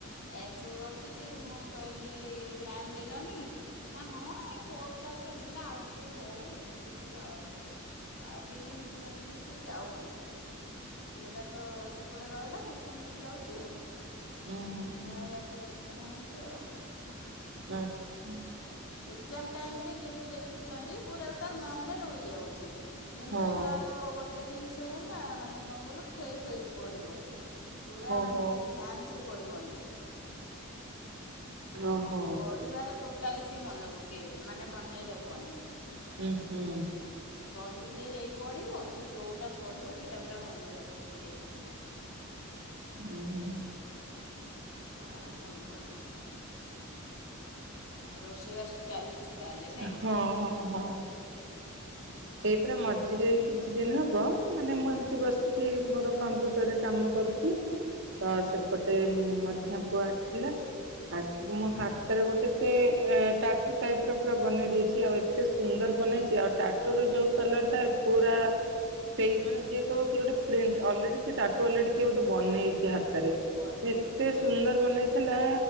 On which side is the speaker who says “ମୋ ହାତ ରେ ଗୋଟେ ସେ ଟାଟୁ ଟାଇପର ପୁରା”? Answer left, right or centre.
Right